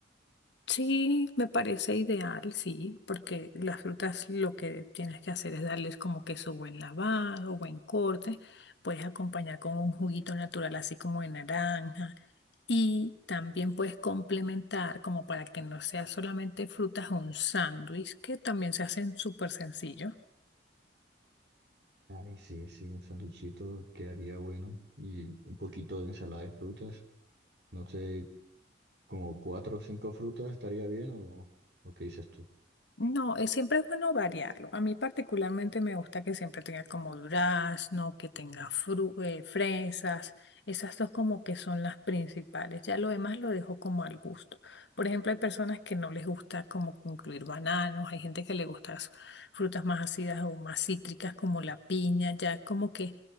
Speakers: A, on the left (about 65°); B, on the right (about 60°).
A: Sí, me parece ideal, sí, porque las frutas lo que tienes que hacer es darles como que su buen lavado, buen corte. Puedes acompañar con un juguito natural así como de naranja Y también puedes complementar, como para que no sea solamente frutas, un sándwich, que también se hacen súper sencillo.
B: Ay, sí, sí, un sanduchito quedaría bueno y un poquito de ensalada de frutas. No sé, como cuatro o cinco frutas estaría bien o, o qué dices tú.
A: No, eh, siempre es bueno variarlo. A mí particularmente me gusta que siempre tenga como durazno, que tenga fru- eh, fresas. Esas dos como que son las principales. Ya lo demás lo dejo como al gusto. Por ejemplo, hay personas que no les gusta como incluir bananos, hay gente que le gusta s- frutas más ácidas o más cítricas como la piña. Ya como que